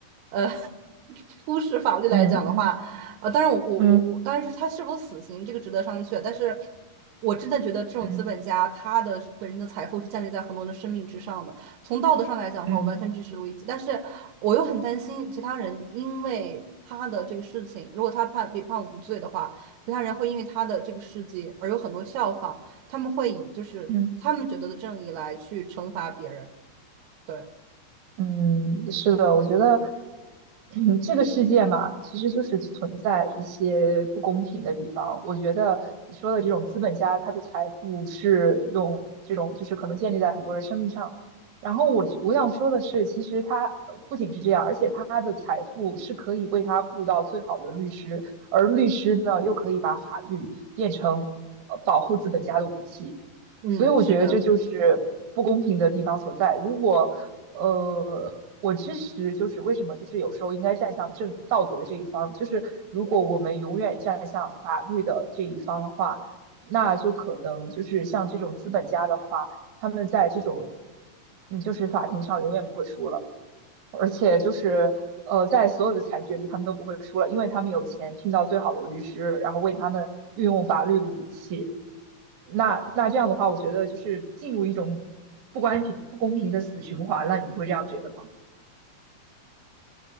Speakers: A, on the right (about 90°); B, on the right (about 55°).
A: 呃 <laughs> 忽视法律来讲的话，
B: 嗯嗯
A: 呃，当然我我我我，
B: 嗯
A: 当然是他是否死刑这个值得商榷，但是我真的觉得这种资本家他的本身的财富是建立在很多人的生命之上的。
B: 嗯
A: 从道德上来讲的话，
B: 嗯
A: 我完全支持路易吉，但是我又很担心其他人，因为他的这个事情，如果他判被判无罪的话，其他人会因为他的这个事迹而有很多效仿，他们会以就是他们觉得的正义来去惩罚别人。
B: 嗯，
A: 对，
B: 嗯，是的，我觉得，<clears throat> 嗯这个世界嘛，其实就是存在一些不公平的地方。我觉得你说的这种资本家，他的财富是用这种，就是可能建立在很多人生命上。然后我我想说的是，其实他呃不仅是这样，而且他的财富是可以为他雇到最好的律师，而律师呢，又可以把法律变成呃保护资本家的武器。
A: 嗯，
B: 所以我觉得这就是不公平的地方所在。
A: 是的，
B: 如果呃，我支持，就是为什么，就是有时候应该站向正道德的这一方。就是如果我们永远站向法律的这一方的话，那就可能就是像这种资本家的话，他们在这种嗯，就是法庭上永远不会输了。而且就是呃，在所有的裁决里，他们都不会输了，因为他们有钱，听到最好的律师，然后为他们运用法律的武器。那那这样的话，我觉得就是进入一种不公平不公平的死循环了，你不会这样觉得吗？